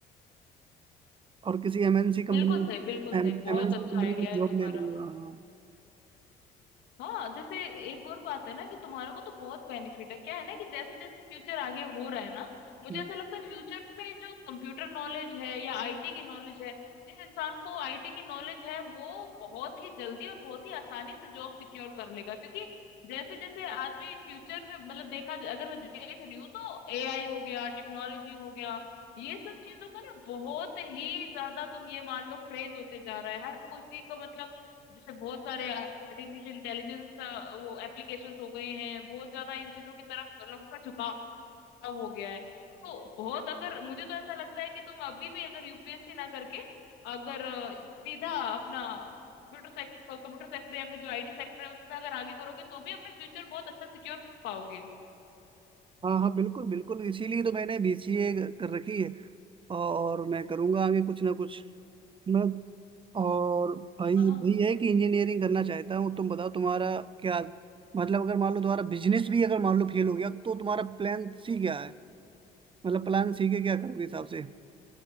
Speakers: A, on the right (about 30°); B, on the left (about 85°).
A: और किसी एमएनसी कंपनी
B: बिल्कुल सही बिल्कुल सही
A: एमएनसी
B: बहुत अच्छा
A: कंपनी
B: आइडिया
A: में
B: है
A: जॉब
B: तुम्हारा
A: ले लूंगा हाँ
B: हाँ जैसे एक और बात है ना कि तुम्हारे को तो बहुत बेनिफिट है क्या है ना कि जैसे जैसे फ्यूचर आगे हो रहा है ना मुझे
A: हम्म।
B: ऐसा लगता है फ्यूचर में जो कंप्यूटर नॉलेज है या आईटी की नॉलेज है जिस इंसान को आईटी की नॉलेज है वो बहुत ही जल्दी और बहुत ही आसानी से जॉब सिक्योर कर लेगा क्योंकि जैसे जैसे आदमी फ्यूचर में मतलब देखा अगर मैं देख रही हूँ तो एआई हो गया टेक्नोलॉजी हो गया ये सब चीजों का ना बहुत ही ज्यादा तुम ये मान लो क्रेज होते जा रहा है हर किसी को मतलब जैसे बहुत सारे आर्टिफिशियल इंटेलिजेंस वो एप्लीकेशंस हो गए हैं बहुत ज्यादा इन चीजों की तरफ लोगों का झुकाव हो गया है तो बहुत अगर मुझे तो ऐसा लगता है कि तुम अभी भी अगर यूपीएससी ना करके अगर अ, सीधा अपना कंप्यूटर सेक्टर कंप्यूटर सेक्टर या फिर जो आईटी सेक्टर है उसमें अगर आगे करोगे तो भी अपना फ्यूचर बहुत अच्छा सिक्योर पाओगे
A: हाँ हाँ बिल्कुल बिल्कुल इसीलिए तो मैंने बीसीए कर रखी है और मैं करूंगा आगे कुछ ना कुछ मैं और भाई
B: आह,
A: भाई है कि इंजीनियरिंग करना चाहता हूँ तुम बताओ तुम्हारा क्या मतलब अगर मान लो तुम्हारा बिजनेस भी अगर मान लो फेल हो गया तो तुम्हारा प्लान सी क्या है मतलब प्लान सी के क्या करोगे हिसाब से